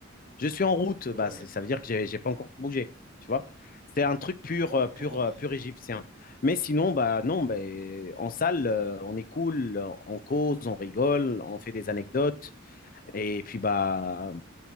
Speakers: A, on the left (about 45°); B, on the right (about 35°).
A: Je suis en route,
B: <laughs>
A: bah,
B: Ouais,
A: c'est- ça veut dire que j'ai j'ai pas encore bougé, tu vois. C'est un truc pur,
B: d'accord.
A: euh, pur, euh, pur égyptien. Mais sinon, bah non, bah, en salle, euh, on est cool, euh, on cause, on rigole, on fait des anecdotes, et puis bah,